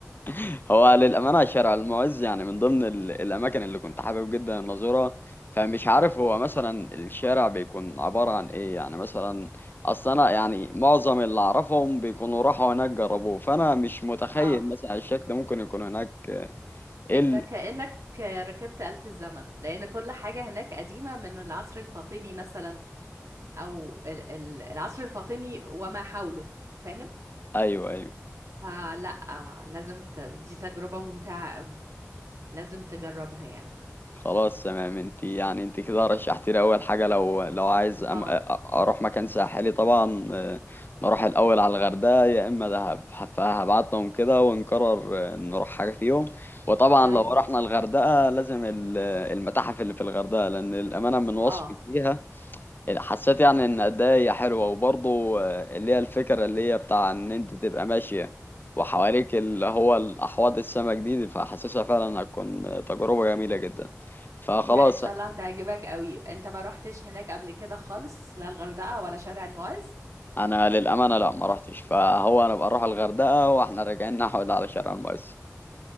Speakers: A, on the left (about 40°); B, on the right (about 70°).
A: <laughs> هو للأمانة شارع المعز يعني من ضمن ال- الأماكن اللي كنت حابب جدا إن أزورها فمش عارف
B: اه
A: هو مثلا الشارع بيكون عبارة عن إيه يعني مثلا أصل أنا يعني معظم اللي أعرفهم بيكونوا راحوا هناك جربوه فأنا مش متخيل
B: اه
A: مثلا الشكل ممكن يكون هناك إيه
B: انت
A: ال...
B: كأنك ركبت آلة الزمن لأن كل حاجة هناك قديمة من العصر الفاطمي مثلا أو ال- ال- العصر الفاطمي وما حوله فاهم
A: أيوه أيوه
B: فلا لازم ت... دي تجربة ممتعة قوي لازم تجربها يعني
A: خلاص تمام انت يعني انت كده رشحت لي اول حاجه لو لو عايز أم...
B: اه
A: أ- اروح مكان ساحلي طبعا آه، نروح الاول على الغردقه يا اما دهب فهبعتهم كده ونقرر آه، نروح حاجه فيهم وطبعا
B: طيب
A: لو رحنا الغردقه لازم ال- المتاحف اللي في الغردقه لان الامانه من وصفك
B: اه
A: ليها حسيت يعني ان قد ايه هي حلوه وبرضه آه، اللي هي الفكره اللي هي بتاع ان انت تبقى ماشيه وحواليك اللي هو الاحواض السمك دي دي، فحاسسها فعلا هتكون آه، تجربه جميله جدا فخلاص
B: لا ان شاء الله هتعجبك قوي انت ما روحتش هناك قبل كده خالص لا الغردقة ولا شارع المعز
A: انا للامانه لا ما رحتش فهو انا بقى اروح الغردقه واحنا راجعين نحود على شارع المقص